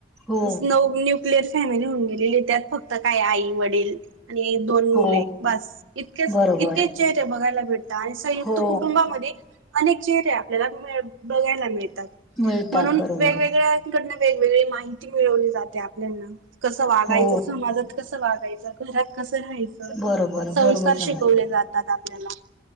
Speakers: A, in the centre; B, on the right (about 85°).
A: हो
B: <unintelligible> न्युक्लिअर फॅमिली होऊन गेलीली, त्यात फक्त काय आई वडील आणि दोन
A: हो
B: मुले बास, इतकेच
A: बरोबर
B: इतकेच चेहरे बघायला भेटतात आणि संयुक्त
A: हो
B: कुटुंबामध्ये अनेक चेहरे आपल्याला मिळ बघायला मिळतात
A: मिळतात
B: म्हणून
A: बरोबर
B: वेगवेगळ्या घ <unintelligible> वेगवेगळी माहिती मिळवली जाते आपल्यांना, कसं वागायचं,
A: हो
B: समाजात कसं वागायचं घरात कसं राहायचं,
A: बरोबर
B: संस्कार
A: बरोबर
B: शिकवले
A: मॅडम
B: जातात आपल्याला